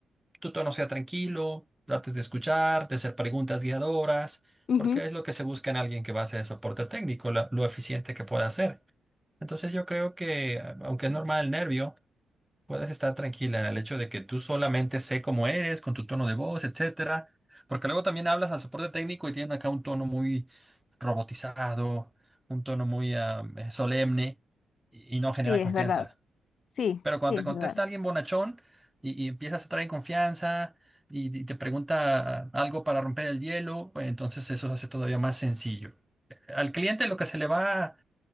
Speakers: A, in the centre; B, on the left (about 55°).
A: tu tono sea tranquilo, trates de escuchar, de hacer preguntas guiadoras,
B: Ujú.
A: porque es lo que se busca en alguien que va a hacer soporte técnico, la- lo eficiente que pueda hacer. Entonces yo creo que, a- aunque es normal el nervio, puedes estar tranquila en el hecho de que tú solamente sé cómo eres, con tu tono de voz, etcétera, porque luego también hablas al soporte técnico y tienen acá un tono muy robotizado, un tono muy ah, eh, solemne y y no genera
B: Sí, es
A: confianza.
B: verdad. Sí,
A: Pero cuando
B: sí, es
A: te contesta
B: verdad.
A: alguien bonachón y, y empiezas a traer confianza y, y te pregunta algo para romper el hielo, pues entonces eso se hace todavía más sencillo. Al cliente lo que se le va